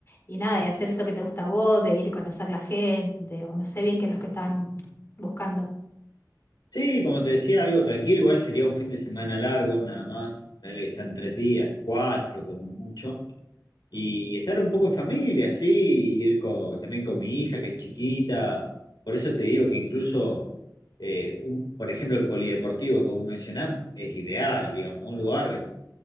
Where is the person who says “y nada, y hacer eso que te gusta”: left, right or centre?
Left